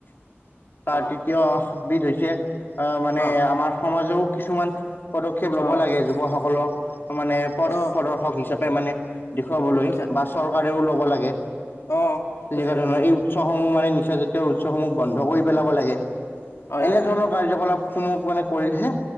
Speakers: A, on the left (about 50°); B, on the left (about 80°).
A: <inaudible> তাৰ
B: অ
A: তৃতীয়বিধ
B: ঠিক
A: হৈছে অ মানে
B: অ
A: আমাৰ সমাজও কিছুমান পদক্ষেপ লব
B: অ
A: লাগে যুৱকসকলক মানে পথ
B: অ
A: প্ৰদৰ্শক হিছ কেইটা মানে দেখুৱাবলৈ
B: ঠিক কৈছা
A: বা চৰকাৰ তেওঁ লব লাগে তেনেকুৱা
B: অ ঠিক কৈছা ঠিক
A: ধৰণৰ
B: কৈছা
A: এই উৎসৱসমূহ মানে নিচা জাতীয় উৎসৱসমূহ বন্ধ কৰি পেলাব লাগে।
B: হয়
A: এনেধৰণৰ
B: হয় হয় হয়
A: কাৰ্যকলাপ স মোক মানে কৰিলহে